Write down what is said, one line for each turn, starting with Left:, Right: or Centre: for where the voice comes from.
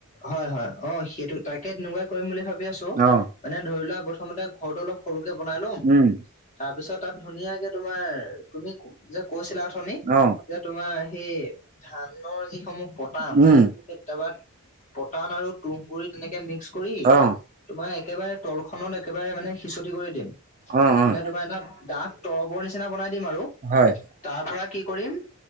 Left: হয় হয়। অ সেইটো তাকে তেনেকুৱাই কৰিম বুলি ভাবি আছো,
Right: অ
Left: মানে ধৰি লোৱা প্ৰথমতে ঘৰটো অলপ সৰুকে বনাই লম,
Right: উম
Left: তাৰপিছত তাত ধুনীয়াকে তোমাৰ তুমি যে কৈছিলা অথনি,
Right: অ
Left: যে তোমাৰ সেই ধানৰ যি সমূহ পতান,
Right: উম
Left: কেতিয়াবা পটান আৰু তুঁহগুৰি তেনেকে মিক্স কৰি,
Right: অ।
Left: তোমাৰ একেবাৰে তলখনত একেবাৰে মানে হিচটি কৰি দিম।
Right: উম উম।
Left: মানে তোমাৰ এটা দাঠ তৰপৰ নিচিনা বনাই দিম আৰু,
Right: হয়
Left: তাৰ পৰা কি কৰিম